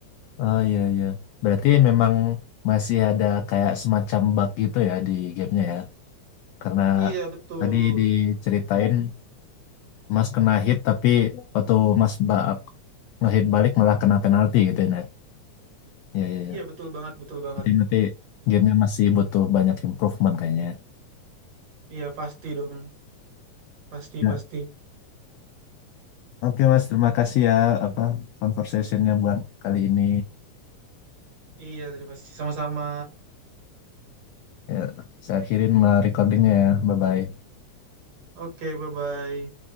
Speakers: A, on the left; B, on the right.
A: oh iya iya. Berarti memang masih ada kayak semacam bug gitu ya di gamenya ya. Karena
B: Iya betul,
A: tadi diceritain Mas kena hit tapi waktu Mas ba- ngehit balik malah kena penalti gitu ya. Nah. Iya iya iya.
B: iya betul banget, betul banget.
A: Berarti berarti gamenya masih butuh banyak improvement kayaknya ya.
B: Iya pasti dong, pasti
A: Ya.
B: pasti.
A: Oke Mas, terima kasih ya apa conversationnya buat kali ini.
B: Iya terima kasih sama-sama.
A: Ya, saya akhirin uh, recordingnya ya. Bye bye.
B: Oke, bye bye.